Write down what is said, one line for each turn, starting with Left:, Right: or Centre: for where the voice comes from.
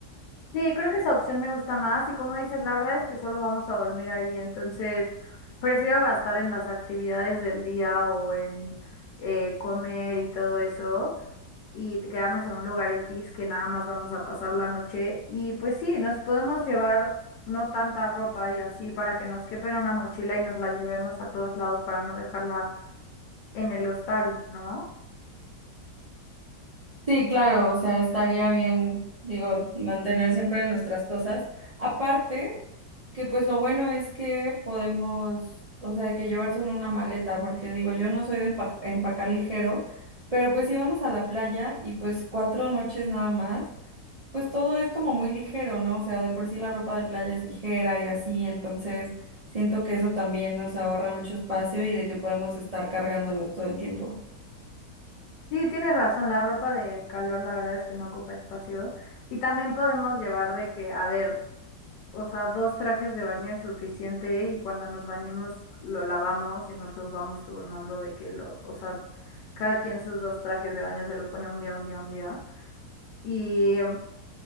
Left: Sí, creo que esa opción me gusta más y como dices, la verdad es que solo vamos a dormir ahí, entonces prefiero gastar en las actividades del día o en eh, comer y todo eso y te- quedarnos en un lugar X que nada más vamos a pasar la noche y pues sí, nos podemos llevar no tanta ropa y así para que nos quepa en una mochila y nos la llevemos a todos lados para no dejarla en el hostal, ¿no?
Right: Sí, claro, o sea, estaría bien, digo, mantener siempre nuestras cosas. Aparte, que pues lo bueno es que podemos, o sea, que llevar solo una maleta, porque digo, yo no soy de empa- empacar ligero, pero pues íbamos a la playa y pues cuatro noches nada más. Pues todo es como muy ligero, ¿no? O sea, de por sí la ropa de playa es ligera y así, entonces siento que eso también nos ahorra mucho espacio y de que podemos estar cargándolos todo el tiempo.
Left: Sí, tienes razón, la ropa de calor la verdad es que no ocupa espacio. Y también podemos llevar de que, a ver, O sea, dos trajes de baño es suficiente y cuando nos bañemos lo lavamos y nos los vamos turnando de que lo, o sea, cada quien sus dos trajes de baño se lo pone un día, un día, un día. Y em,